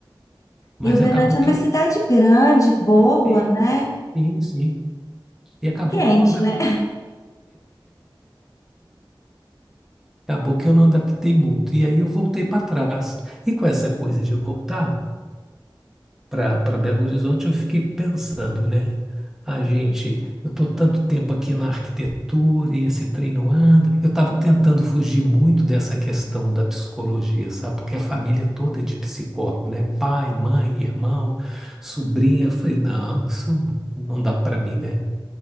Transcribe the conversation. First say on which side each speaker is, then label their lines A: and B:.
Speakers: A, in the centre; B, on the left.
A: mas
B: E Uberlândia
A: acabou
B: é
A: que
B: uma
A: eu
B: cidade grande, boa,
A: sim,
B: né?
A: sim, sim. E acabou
B: Quente,
A: que eu não adaptei,
B: né?
A: acabou que eu não adaptei muito. E aí eu voltei para trás. E com essa coisa de voltar para Belo Horizonte, eu fiquei pensando, né? A gente, eu estou tanto tempo aqui na arquitetura e esse trem não anda. Eu estava tentando fugir muito dessa questão da psicologia, sabe? Porque a família toda é de psicólogo, né? Pai, mãe, irmão, sobrinha. Eu falei, não, isso não dá para mim, né?